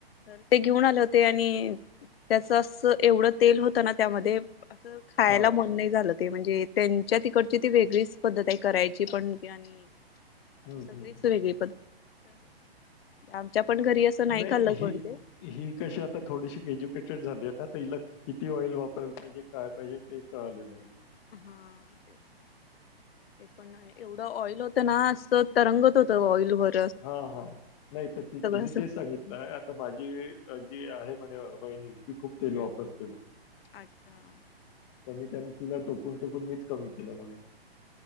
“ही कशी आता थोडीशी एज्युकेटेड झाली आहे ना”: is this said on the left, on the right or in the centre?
Left